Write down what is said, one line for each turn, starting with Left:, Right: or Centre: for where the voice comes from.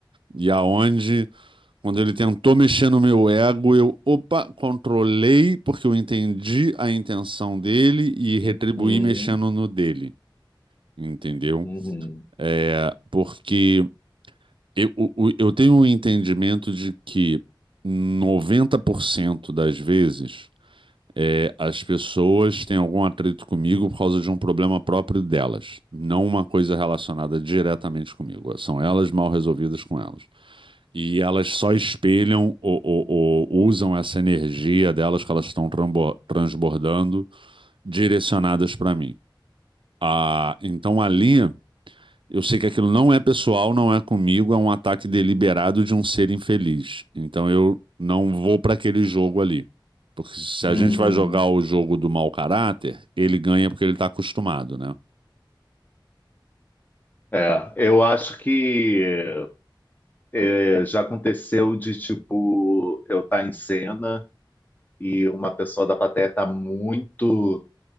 Right: e aonde quando ele tentou mexer no meu ego, eu, opa, controlei, porque eu entendi a intenção dele e retribuí
Left: Uhum,
Right: mexendo no dele entendeu?
Left: uhum,
Right: É, porque eu, o- eu tenho um entendimento de que 90% das vezes é, as pessoas têm algum atrito comigo por causa de um problema próprio delas, não uma coisa relacionada diretamente comigo. São elas mal resolvidas com elas. E elas só espelham ou, ou- ou usam essa energia delas que elas estão trambo- transbordando direcionadas para mim. Ah, então ali. Eu sei que aquilo não é pessoal, não é comigo, é um ataque deliberado de um ser infeliz. Então eu não vou para aquele jogo ali. Porque se
Left: uhum.
Right: a gente vai jogar o jogo do mau caráter, ele ganha porque ele está acostumado, né?
Left: É, eu acho que é, já aconteceu de, tipo, eu estar em cena e uma pessoa da plateia tá muito,